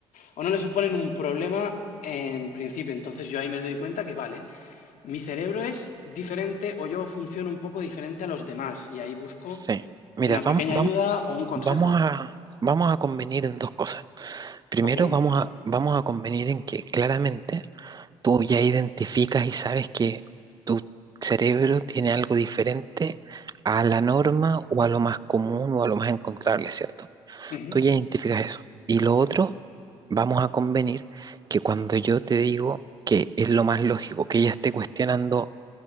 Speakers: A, on the left; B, on the right.
A: o no le suponen un problema en principio. Entonces yo ahí me doy cuenta que vale mi cerebro es diferente o yo funciono un poco diferente a los demás y ahí busco
B: sí. Mira,
A: una pequeña
B: vamos, vamos,
A: ayuda o un consejo.
B: vamos a, vamos a convenir en dos cosas. Primero
A: Ok.
B: vamos a, vamos a convenir en que claramente tú ya identificas y sabes que tu cerebro tiene algo diferente a la norma o a lo más común o a lo más encontrable, ¿cierto?
A: ujú.
B: Tú ya identificas eso. Y lo otro, vamos a convenir que cuando yo te digo que es lo más lógico que ella esté cuestionando